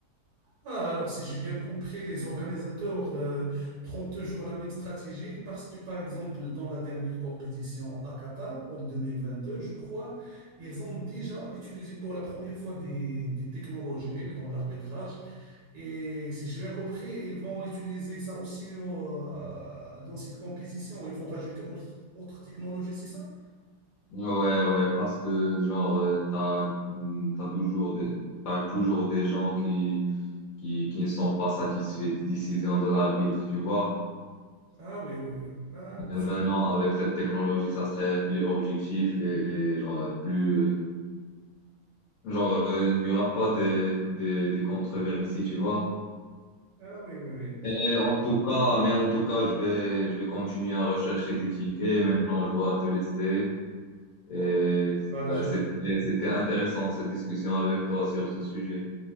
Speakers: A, on the right; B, on the left.
A: Ah, alors si j'ai bien compris, les organisateurs euh, prennent toujours la même stratégie parce que, par exemple, dans la dernière compétition à Qatar, en deux mille vingt deux je crois, ils ont déjà utilisé pour la première fois des, des technologies dans l'arbitrage. Et si j'ai bien compris, ils vont utiliser ça aussi euh, dans cette compétition. Ils vont rajouter autre, autre technologie, c'est ça?
B: Ouais, ouais, parce que genre, euh, t'as, mm, t'as toujours des, t'as toujours des gens qui, qui, qui ne sont pas satisfaits des décisions de l'arbitre, tu vois.
A: Ah oui, oui, oui. Ah,
B: Et maintenant, avec cette technologie, ça serait plus objectif et, et genre, plus, genre, euh, il n'y aura pas des, des, des controversies, tu vois.
A: ah oui, oui, oui.
B: Mais en tout cas, mais en tout cas, je vais, je vais continuer à rechercher des tickets. Maintenant, je dois te laisser. Et
A: Bon courage.
B: ça, c'était, c'était intéressant cette discussion avec toi sur ce sujet.